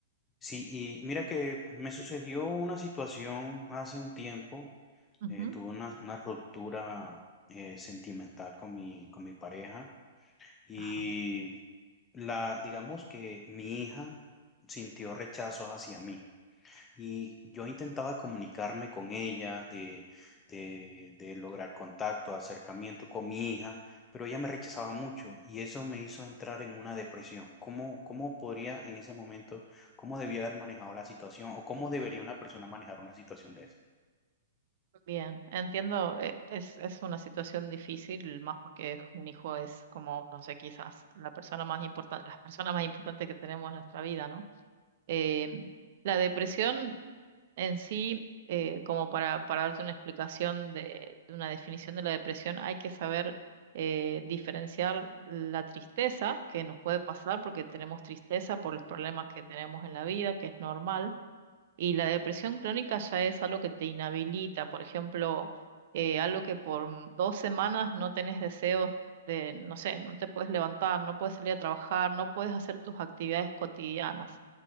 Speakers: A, on the left; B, on the right.
A: Sí, y mira que me sucedió una situación hace un tiempo.
B: Ujú.
A: eh, tuve una, una ruptura eh, sentimental con mi, con mi pareja y
B: Ajá.
A: la, digamos que mi hija sintió rechazos hacia mí. Y yo intentaba comunicarme con ella, de, de, de lograr contacto, acercamiento con mi hija, pero ella me rechazaba mucho y eso me hizo entrar en una depresión. ¿Cómo, cómo podría en ese momento, cómo debía haber manejado la situación o cómo debería una persona manejar una situación de esa?
B: Bien, entiendo, eh, es, es una situación difícil, más porque un hijo es como, no sé, quizás la persona más importante, las personas más importantes que tenemos en nuestra vida, ¿no? Eh, la depresión en sí, eh, como para, para darte una explicación de, de una definición de la depresión, hay que saber eh, diferenciar la tristeza que nos puede pasar porque tenemos tristeza por los problemas que tenemos en la vida, que es normal y la depresión crónica ya es algo que te inhabilita, por ejemplo, eh, algo que por m- dos semanas no tenés deseos de, no sé, no te puedes levantar, no puedes salir a trabajar, no puedes hacer tus actividades cotidianas